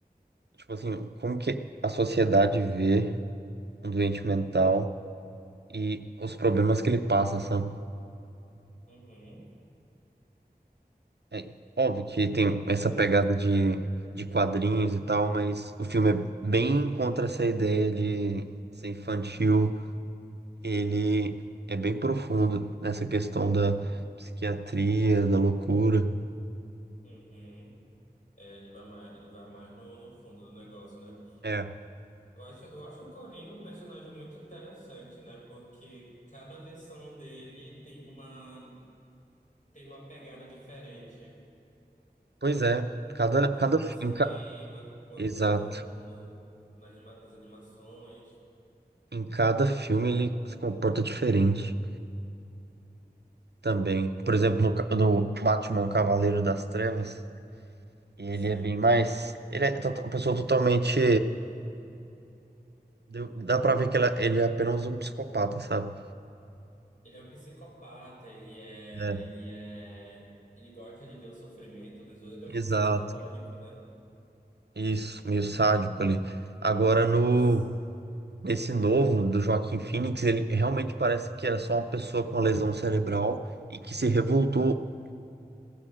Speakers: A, on the right (about 80°); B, on the left (about 50°).
A: tipo assim, como que a sociedade vê um doente mental e os problemas que ele passa, sabe?
B: Uhum.
A: É óbvio que tem essa
B: Então,
A: pegada de, de quadrinhos e tal, mas o filme é bem contra essa ideia de ser infantil. Ele é bem profundo nessa questão da psiquiatria, da loucura.
B: uhum. É, ele vai mais, ele vai mais no, no fundo do negócio, né?
A: É,
B: Eu acho, eu acho o Coringa um personagem muito interessante, né? Porque cada versão dele tem uma, tem uma pegada diferente.
A: pois é. Cada,
B: Na- tanto
A: cada,
B: no cinema,
A: em ca-
B: quanto
A: exato.
B: no, no, na anima- nas animações.
A: Em cada filme ele se comporta diferente. também. Por exemplo, no, ca- no Batman Cavaleiro das Trevas, ele
B: Sim.
A: é bem mais. Ele é tota- uma pessoa totalmente. deu- Dá pra ver que ela- ele é apenas um psicopata, sabe?
B: Ele é um psicopata, ele é,
A: É,
B: ele é, ele gosta de ver o sofrimento dos outros, ele gosta
A: exato.
B: de causar o pânico, né?
A: Isso, meio sádico ali. Agora, no,
B: S-
A: nesse novo do Joaquim Phoenix, ele realmente parece que era só uma pessoa com uma lesão cerebral e que se revoltou